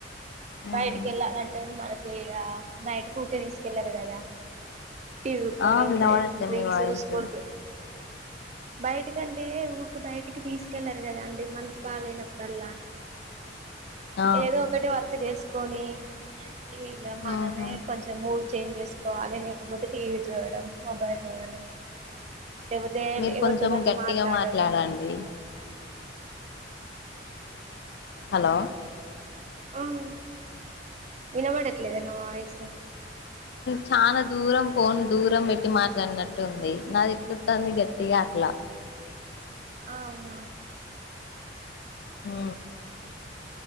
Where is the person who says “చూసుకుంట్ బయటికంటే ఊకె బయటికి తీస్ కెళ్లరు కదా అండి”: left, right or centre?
Right